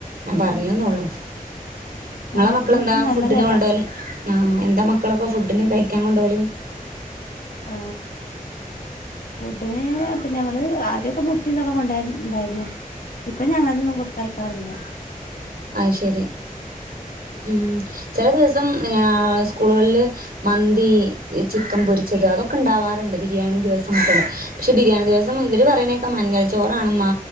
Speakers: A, on the right; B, on the left.
A: ഞാൻ പറഞ്ഞൂന്നൊള്ളൂ
B: ഉം
A: ങ്ങളെ
B: ആഹ് അതൊന്നും
A: മക്കളെന്താ
B: അത്ര നല്ലതല്ല
A: ഫുഡിന് കൊണ്ടോല്? ആ എന്താ മക്കളൊക്കെ ഫുഡിന് കഴിക്കാൻ കൊണ്ടോല്
B: ആ ഫുഡിന് പിന്നെ മ്മള് ആദ്യോക്കെ മുട്ടേം ഇതൊക്കെ കൊണ്ടവല് ണ്ടായിരുന്ന് ഇപ്പ ഞങ്ങൾ തൊന്നും കൊടുത്തയ്ക്കാറില്ല
A: അഹ് ശരി ഉം ചെല ദിവസം ഞാ സ്കൂളുകളില് മന്തി ചിക്കൻ പൊരിച്ചത് അതൊക്കെണ്ടാവാറ്ണ്ട് ബിരിയാണി ദിവസംക്കെണ്ട് പക്ഷെ ബിരിയാണി ദിസം ഇവർ പറയണേക്കാ മഞ്ഞൾ ചോറണ് മ്മാ